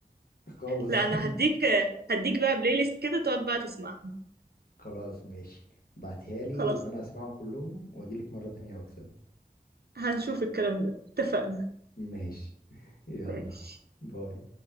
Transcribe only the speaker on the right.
لا انا هديك هديك بقى بلاي ليست كده تقعد بقى تسمعها
خلاص
هنشوف الكلام ده اتفقنا
ماشي